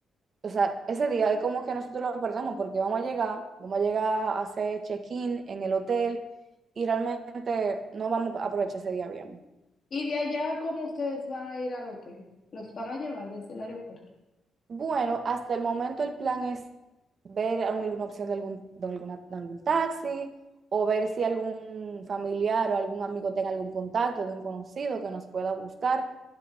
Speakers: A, on the right; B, on the left.
A: o sea, ese día es como que nosotros lo perdemos porque vamos a llegar, vamos a llegar a hacer check-in en el hotel y realmente no vamos a aprovechar ese día bien.
B: Y de allá, ¿cómo ustedes van a ir al hotel? Los van a llevar desde el aeropuerto.
A: Bueno, hasta el momento el plan es ver alguna opción de algún, de alguna- de algún taxi o ver si algún familiar o algún amigo tenga algún contacto de un conocido que nos pueda buscar,